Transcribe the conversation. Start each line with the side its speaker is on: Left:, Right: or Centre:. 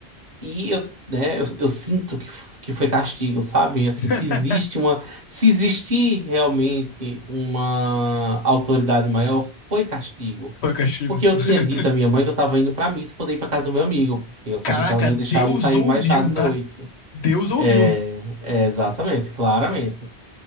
Right: E eu, né, eu, eu sinto que, f- que foi castigo, sabe? Assim,
Left: <laughs>
Right: se existe uma, se existir realmente uma autoridade maior, foi castigo.
Left: Foi castigo.
Right: Porque eu
Left: <laughs>
Right: tinha dito à minha mãe que eu estava indo para missa poder ir para casa do meu amigo, porque eu sabia
Left: Caraca,
Right: que ela não ia
Left: Deus
Right: deixar eu ir sair
Left: ouviu,
Right: mais tarde à
Left: tá?
Right: noite.
Left: Deus ouviu.
Right: É, é, exatamente, claramente.